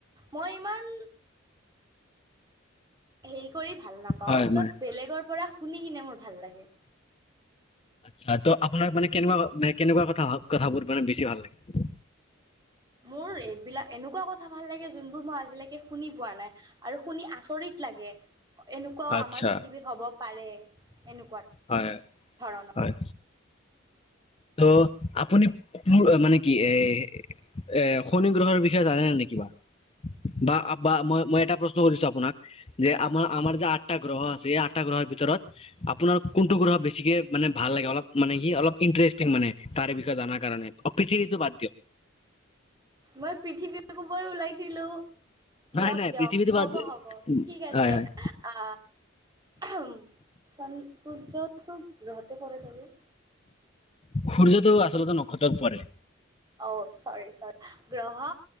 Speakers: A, on the right; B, on the left.
A: মই ইমান হেৰি কৰি ভাল না পাওঁ
B: হয় হয়
A: বাচ বেলেগৰ পৰা শুনি কিনে মোৰ ভাল লাগে।
B: ছা ত' আপোনাৰ মানে কেনেকুৱা কথা কথাবোৰ মানে বেছি ভাল লাগে?
A: মোৰ এইবিলাক এনেকুৱা কথা ভাল লাগে যোনবোৰ মই আজিলৈকে শুনি পোৱা নাই। আৰু শুনি আচৰিত লাগে, এনেকুৱাও
B: আচ্ছা
A: আমাৰ পৃথিৱীত হ'ব পাৰে। এনেকুৱা
B: হয়,
A: ধৰণৰ
B: হয়। ত' আপুনি পো মানে কি এ এ, শনি গ্ৰহৰ বিষয়ে জানেনে নে কিবা? বা বা মই মই এটা প্ৰশ্ন সুধিছোঁ আপোনাক যে আমাৰ আমাৰ যে আঠটা গ্ৰহ আছে। এই আঠটা গ্ৰহৰ ভিতৰত আপোনাৰ কোনটো গ্ৰহ বেছিকে মানে ভাল লাগে অলপ মানে কি অলপ ইনট্ৰে টিং মানে তাৰে বিষয়ে জনা কাৰণে অপচনিলিতী বাদ দিয়ক
A: মই পৃথিৱী কবই ওলাইছিলো দিয়ক
B: নাই নাই
A: দিয়ক
B: পৃথিৱীটো
A: হ'ব
B: বাদ দি-
A: হ'ব ঠিক আছে।
B: হয় হয়
A: আ উ চন্দ্ৰ সূৰ্যতো গ্ৰহতে পৰে চাগে?
B: সূৰ্যটো আচলতে নক্ষত্ৰত পৰে।
A: অ চৰি চৰি গ্ৰহ